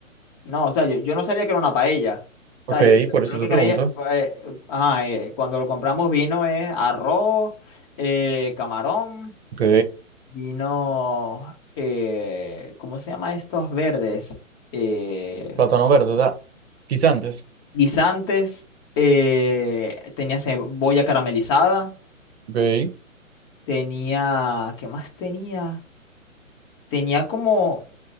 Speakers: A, on the left; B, on the right.
A: No, o sea, yo, yo no sabía que era una paella. O
B: Ok,
A: sea, yo, yo
B: por eso
A: lo que
B: te
A: creía,
B: pregunto.
A: eh, ajá, eh, cuando lo compramos vino es arroz, eh, camarón,
B: Ok,
A: vino, eh, ¿cómo se llama estos verdes? Eh,
B: plátano verde, da. Guisantes.
A: guisantes, eh, tenía cebolla caramelizada,
B: Ok.
A: tenía, ¿qué más tenía? Tenía como